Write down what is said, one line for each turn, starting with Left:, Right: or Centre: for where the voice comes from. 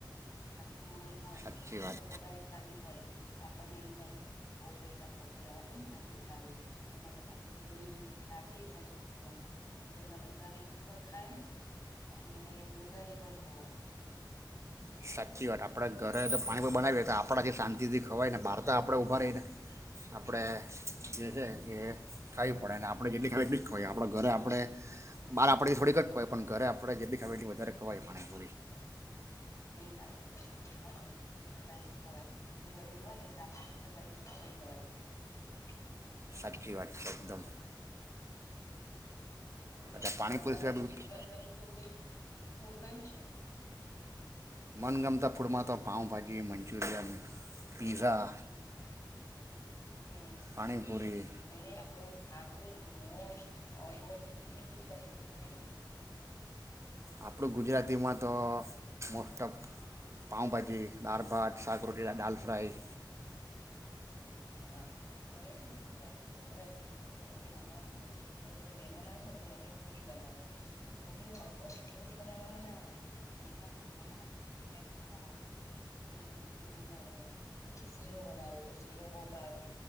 Left: આપે <inaudible> ઉમર હોય
Right: સાચી
Left: ત્યાં
Right: વાત
Left: વધારે આવી હોય તો આપણને એમ થાય બઉ પૈસા ખચ કરાવાય નથી ખાવી એના કરતા આપણુ કોઈ દીસ લાવીએ એટલાજ કો <unintelligible> ધર ના વ્યક્તિ પણ ખાય અને વધારે પણ ખવાય
Right: સાચી વાત આપણે ઘરે તો પાણીપુરી બનાવીએ તો આપણાથી શાંતિથી ખવાય ને બહાર તો આપણે ઊભા રહીને આપણે જે છે એ ખાઈ પડે ને આપણે જેટલી ખાઈ એટલી ખવાય આપણે ઘરે આપણે બહાર આપણેથી થોડીક જ ખવાય પણ ઘરે આપણે જેટલી ખાઈ એટલી વધારે ખવાય પાણી પોરી
Left: <unintelligible> હોય વધારે ખવાય જ ગડીયુ હોય ને વધારે ખવાય જવાય
Right: સાચી વાત એકદમ
Left: ઓલોયું
Right: અચ્છા પાણીપુરી
Left: છે તમારું
Right: સિવાય બીજું
Left: મન કરે ફૂડ કયું છે
Right: મનગમતા ફૂડમાં તો પાાવભાજી મંચ્યુરિયન પિઝા
Left: હમ
Right: પાણીપુરી
Left: એને આપણું આપણું most all all <unintelligible> Gujarati food કયુ
Right: આપણું ગુજરાતીમાં તો most of pav bhaji દારભાત saag roti dal fry
Left: હા મને છે ને એવું લાગશે કે મારા ઘરે છે ને ત્યારે નાના હતા ને ત્યારે કોઈ મેમાન આવે ને તો મમ્મી પુરી બનાવે પુડીઓ ઓલમોસ્ટ રોજ બનાવવા ના ઘરમાં કોઈ મેમાનને ત્યારે બનાવામાં તો મને પુરી ખૂબ ભાવે પછી શીરો બનાવે તો શીરો બો ભાવે